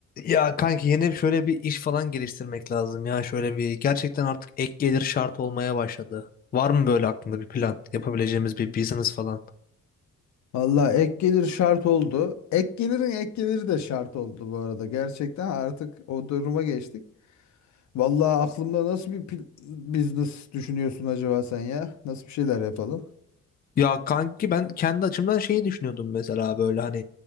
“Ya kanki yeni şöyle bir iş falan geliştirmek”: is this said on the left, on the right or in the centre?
Left